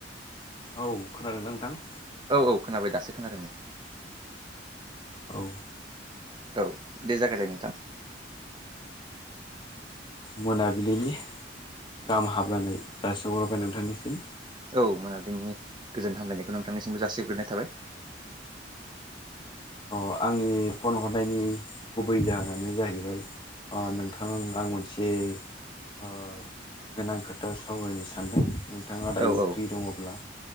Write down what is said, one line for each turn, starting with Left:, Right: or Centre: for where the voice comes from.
Left: औ खोनादोंना नोंथां?
Right: औ औ खोनाबाय दासो खोनादों नै।
Left: औ।
Right: औ दे जागायलाय नोंथां।
Left: मोनाबिलिनि गाहाम हाबलायनाय जासिहरबाय नोंथांनिसिम।
Right: औ मोनाबिलिनि गोजोन हामलायनायखौ नोंथांनिसिमबो जासिग्रोनाय थाबाय।
Left: अ आंनि फन हरनायनि गुबै जाहोनानो जाहैबाय नोंथां आं मोनसे ओ गोनां खोथा सावरायनो सानदों। नोंथाङा दायो
Right: औ औ ओं
Left: फ्रि दङब्ला